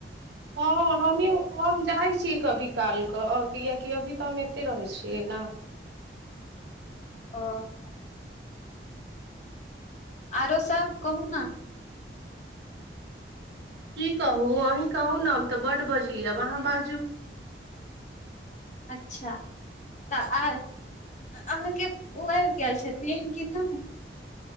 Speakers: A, on the right (about 70°); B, on the left (about 40°).
A: हँ हमही हम जाइ छी कभी कालकेँ कियाकि अभी तऽ हम एतय रहय छियैक ने
B: अ <inaudible> आरो सब कहू ने
A: की कहू अहीँ कहू ने हम तऽ बड्ड बजलि अहाँ बाजू
B: अच्छा तऽ आ अहाँके उ आबि गेल छथिन कि नहि